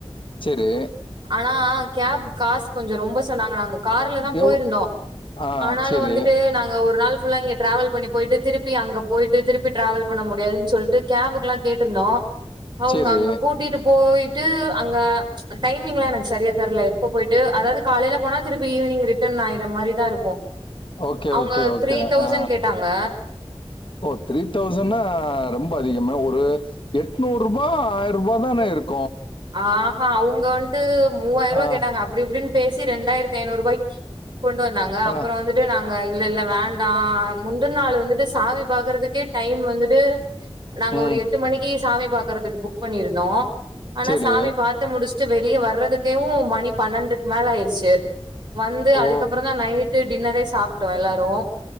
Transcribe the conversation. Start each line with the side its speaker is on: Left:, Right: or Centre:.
Left: சேரி
Right: ஆனா கேப் காசு கொஞ்சம் ரொம்ப சொன்னாங்க நாங்க கார்ல தான் போயிருந்தோம்
Left: எவ் ஆ
Right: ஆனாலும்
Left: செரி
Right: வந்துட்டு நாங்க ஒரு நாள் ஃபுல்லா இங்க டிராவல் பண்ணி போயிட்டு திருப்பி அங்க போயிட்டு திருப்பி டிராவல் பண்ண முடியாதுன்னு சொல்ட்டு கேபுக்குல்லாம் கேட்ருந்தோம் அவுங்க
Left: செரி
Right: அங்க கூட்டிட்டு போயிட்டு அங்க ச் டைமிங்லாம் எனக்கு சரியா தெரில எப்ப போயிட்டு அதாது காலைல போனா திருப்பி ஈவினிங் ரிட்டன் ஆய்யிற மாரிதான் இருக்கும்
Left: ஓகே
Right: அவுங்க
Left: ஓகே ஓகே
Right: த்ரீ தௌசண்ட்
Left: ஆ
Right: கேட்டாங்க
Left: ஓ த்ரீ தௌசண்ணா ரொம்ப அதிகமே ஒரு எட்நூறுபா ஆய்ரூபா தானே இருக்கு
Right: ஆ ஹா அவுங்க வன்ட்டு மூவாயிரூபா
Left: ஆ
Right: கேட்டாங்க அப்டி இப்டின்னு பேசி ரெண்டாயிரத் த்தி ஐநூரூபாய்க்கு கொண்டு வந்தாங்க அப்பறம்
Left: ஆ
Right: வந்துட்டு நாங்க இல்ல இல்ல வேண்டாம் முந்துன நாள் வந்துட்டு சாமி பாக்குறதுக்கே டைம் வந்துட்டு நாங்க
Left: ம்
Right: ஒரு எட்டு மணிக்கு சாமி பாக்குறதுக்கு புக் பண்ணிருந்தோம் ஆனா
Left: செரி
Right: சாமி பாத்து முடிச்சு டிச்சி வெளியே வர்றதுக்கேவும் மணி பன்னெண்டுக்கு மேல ஆயிருச்சு வந்து அதுக்கப்புறம்
Left: ஓ
Right: தான் நைட் டின்னரே சாப்ட்டோம் எல்லாரும்